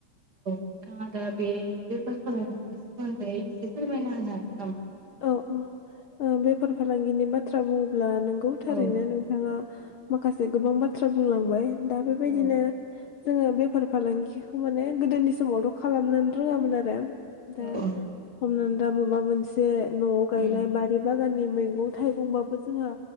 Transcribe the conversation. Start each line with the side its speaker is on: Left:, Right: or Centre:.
Right: औ नोंथाङा दा बे बेफार खालामनायनि सोमोन्दै एसे फोरमायना होनो हागोन नामा
Left: औ औ बेफार फालांगिनि बाथ्रा बुङोब्ला नोंगौ थारैनो
Right: औ
Left: नोंथाङा माखासे गोबां बाथ्रा बुंलांबाय दा बेबायदिनो
Right: औ
Left: जोङो बे बेफार फालांगिखौ माने गोदोनि समावथ' खालामनोनो रोङामोन आरो दा
Right: औ
Left: हमनानै ला माबा मोनसे न'आव गायनाय
Right: उम
Left: बारि बागाननि मैगं थाइगंबाबो जोंहा